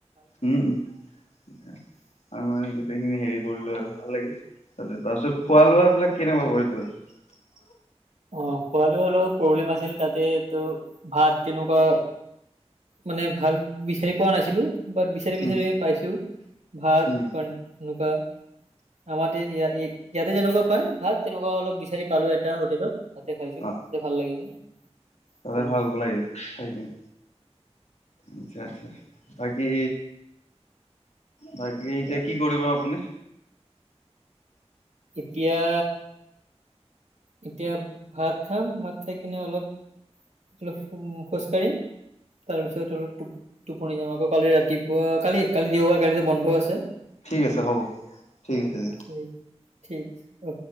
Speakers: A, on the left; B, on the right.
A: উম উ আৰু মানে গোটেইখিনি হেৰি কৰিলো আৰু ভাল লাগিল তাতে তাৰপিছত খোৱা লোৱা বিলাক কেনেকুৱা কৰিলো তাতে
B: অ খোৱালে অলপ প্ৰব্লেম আছিল তাতে টো ভাত তেনেকুৱা মানে ভাল বিচাৰি পোৱা নাছিলো বাট বিচাৰি বিচাৰি
A: উম
B: পাইছো ভাত
A: উম
B: <unintelligible> আমাৰতে ইয়াতে যেনেকুৱা পায় ভাত তেনেকুৱা অলপ বিচাৰি পালো এটা হোটেলত তাতে খাইছোঁ
A: অ
B: তাতে ভাল লাগিছে
A: তাতে
B: তেনো
A: ভাল লাগিল খাই কিনে আচ্ছা আচ্ছা বাকী বাকী এতিয়া কি কৰিব আপুনি
B: এতিয়া এতিয়া ভাত খাম ভাত খাই কিনে অলপ -অলপ খোজ কঢ়িম তাৰপিছত অলপ টো টোপনি যাম আকৌ। কালি ৰাতিপুৱা কালি -কালি দেওবাৰ কালিতো বন্ধ আছে।
A: ঠিক আছে হ'ব ঠিক আছে দিয়া।
B: ঠিক ঠিক অ